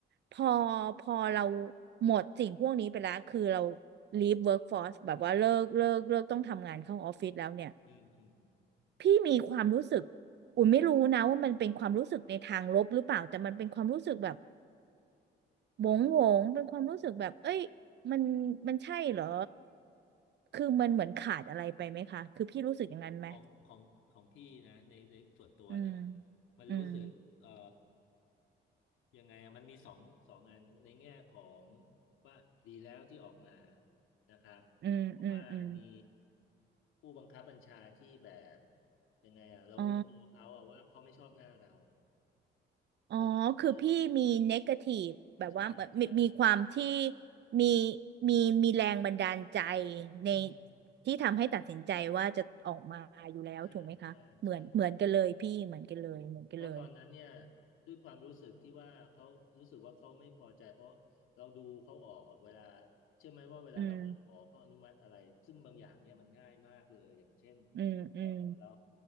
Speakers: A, on the right (about 60°); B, on the left (about 85°).
A: พอพอเราหมดสิ่งพวกนี้ไปแล้วคือเรา leave workforce แบบว่าเลิกเลิกเลิกต้องทำงานเข้าออฟฟิศแล้วเนี่ย
B: อืมอืม
A: พี่มีความรู้สึกอุ่นไม่รู้นะว่ามันเป็นความรู้สึกในทางลบหรือเปล่าแต่มันเป็นความรู้สึกแบบ โหวงโหวงเป็นความรู้สึกแบบเอ้ยมันมันใช่เหรอคือมันเหมือนขาดอะไรไปไหมคะคือพี่รู้สึกอย่างนั้นไหม
B: ของของของพี่นะในในส่วนตัวนะ
A: อืม
B: มันรู้สึกเอ่อ
A: อืม
B: ยังไงอะมันมีสองสองอันในแง่ของว่าดีแล้วที่ออกมานะครับเพราะว่ามี
A: อืมอืมอืม
B: ผู้บังคับบัญชาที่แบบยังไงอะเรารู้ตัวเขาอะว่าเขาไม่ชอบหน้าเรา
A: อ๋ออ๋อคือพี่มีเนกาทีฟแบบว่ามีมีความที่
B: เพราะว่าที่ใช่ใช่
A: มีมีมีแรงบันดาลใจ
B: อืมอืม
A: ในที่ทำให้ตัดสินใจว่าจะออกมาอยู่แล้วถูกไหมคะเหมือนเหมือนกันเลยพี่เหมือนกันเลยเหมือนกันเลย
B: ใช่ใช่ใช่ เพราะตอนนั้นเนี่ยด้วยความรู้สึกที่ว่าเขารู้สึกว่าเขาไม่พอใจเพราะเราดูเขาออกอะเวลาเชื่อไหมว่าเวลาเราไปขอเขาอนุมัติอะไรซึ่งบางอย่างเนี่ยมันง่ายมากเลยอย่างเช่น
A: อืมอืมอืม
B: เออเรา